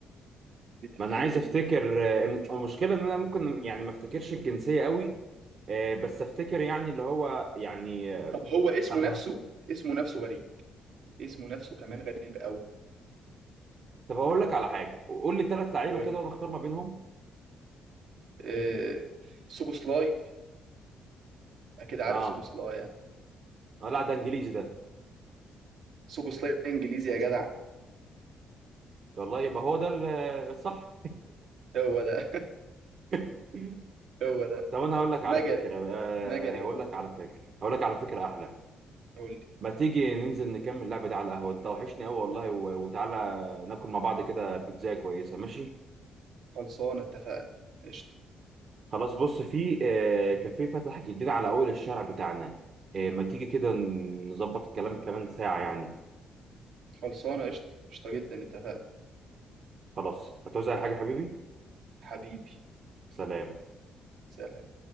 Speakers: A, on the right; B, on the right.
A: في
B: ما
A: الحته
B: أنا عايز أفتكر
A: دي
B: آه، الم- المشكلة إن أنا ممكن يعني ما أفتكرش الجنسية قوي آه، بس أفتكر يعني اللي هو يعني آه،
A: طب هو اسمه
B: طب
A: نفسه اسمه نفسه غريب اسمه نفسه كمان غريب قوي
B: طب هقول لك على حاجه قول لي ثلاث لعيبه
A: قول
B: كده وانا اختار ما بينهم
A: آه... سوبوسلاي اكيد عارف
B: اه
A: سوبوسلاي يعني
B: اه لا ده انجليزي ده
A: وسوبوسلاي انجليزي يا جدع
B: والله يبقى هو ده ال- الصح
A: هو ده
B: <laughs>
A: <laughs> هو ده
B: طب انا هقول لك
A: مجري
B: على فكره آه
A: مجري
B: هقول
A: هو
B: لك على فكره هقول لك على فكره احلى
A: قول لي
B: ما تيجي ننزل نكمل اللعبه دي على القهوه انت وحشني قوي والله و- وتعالى ناكل مع بعض كده بيتزا كويسه ماشي
A: خلصانه اتفقنا قشطه
B: خلاص بص في آه كافيه فتح جديد على اول الشارع بتاعنا آه ما تيجي كده نظبط الكلام كمان ساعه يعني
A: خلصانه قشطه قشطه جدا اتفقنا
B: خلاص هتعوز أي حاجه حبيبي
A: حبيبي
B: سلام
A: سلام